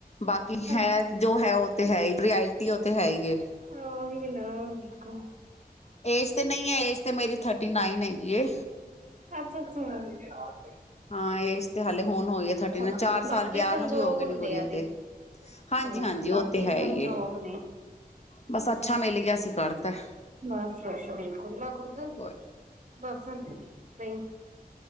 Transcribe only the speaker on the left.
ਬਾਕੀ ਹੈ
ਜੋ ਹੈ ਉਹ ਤੇ ਹੈ ਈ। ਰਿਐਲਟੀ ਉਹ ਤੇ ਹੈ ਈ ਏ।
ਏਜ ਤੇ ਨਹੀਂ ਏ, ਏਜ ਤੇ ਮੇਰੀ ਥਰਟੀ ਨਾਈਨ ਹੈਗੀ ਏ।
ਹਾਂ ਏਜ ਤੇ ਹਾਲੇ ਹੁਣ ਹੋਈ ਏ ਥਰਟੀ
ਨਾਇਨ, ਚਾਰ ਸਾਲ
ਵਿਆਹ
ਨੂੰ ਵੀ ਹੋ ਗਏ
ਨੇ ਗੁੜੀਆ
ਦੇ। ਹਾਂਜੀ
ਹਾਂਜੀ
ਉਹ ਤੇ ਹੈ
ਈ ਏ,
ਬਸ ਅੱਛਾ ਮਿਲ ਗਿਆਸੀ ਕਰਤਾ ਐ।
ਕੋਈ